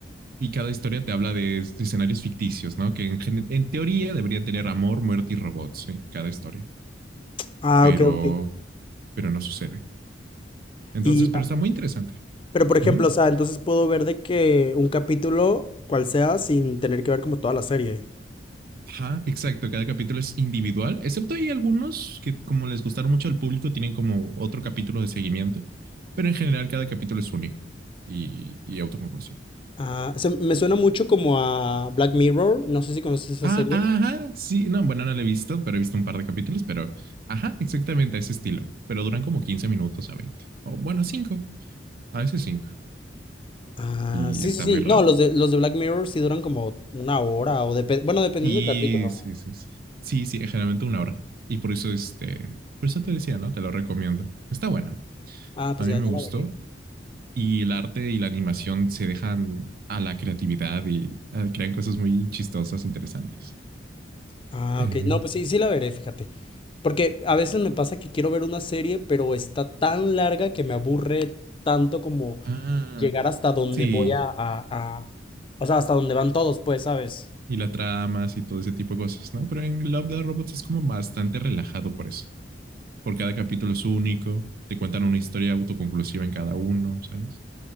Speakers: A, on the right; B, on the left.
A: Y cada historia te habla de escenarios ficticios, ¿no? Que en, en teoría deberían tener amor, muerte y robots en cada historia,
B: Ah,
A: pero,
B: ok, ok.
A: pero no sucede. Entonces,
B: Y,
A: pero
B: ah,
A: está muy interesante.
B: pero por ejemplo,
A: ¿Mm?
B: o sea, entonces puedo ver de que un capítulo, cual sea, sin tener que ver como toda la serie.
A: Ajá, exacto. Cada capítulo es individual, excepto hay algunos que, como les gustaron mucho al público, tienen como otro capítulo de seguimiento, pero en general cada capítulo es único y, y autoconclusivo.
B: Ah, se- me suena mucho como a Black Mirror, no sé si conoces esa
A: Ah,
B: serie.
A: ajá, sí, no, bueno, no lo he visto, pero he visto un par de capítulos, pero ajá, exactamente a ese estilo, pero duran como 15 minutos a 20. o bueno, 5. A veces cinco.
B: Ah,
A: Y
B: sí,
A: está
B: sí, sí.
A: muy raro.
B: No, los de, los de Black Mirror sí duran como una hora o depe- bueno, dependiendo
A: Sí,
B: del capítulo.
A: sí, sí. Sí, sí, sí, generalmente una hora. Y por eso, este, por eso te decía, ¿no? Te lo recomiendo. Está buena.
B: Ah, pues
A: A mí
B: ya,
A: me
B: ya
A: gustó.
B: la veré.
A: Y el arte y la animación se dejan a la creatividad y ah, crean cosas muy chistosas, interesantes.
B: Ah,
A: Eh,
B: ok. No, pues sí, sí la veré, fíjate. Porque a veces me pasa que quiero ver una serie, pero está tan larga que me aburre tanto como
A: ah,
B: llegar hasta donde
A: sí.
B: voy a, a, a- o sea, hasta donde van todos, pues, ¿sabes?
A: Y la tramas y todo ese tipo de cosas, ¿no? Pero en Love the Robots es como bastante relajado por eso. porque cada capítulo es único. Te cuentan una historia autoconclusiva en cada uno, ¿sabes?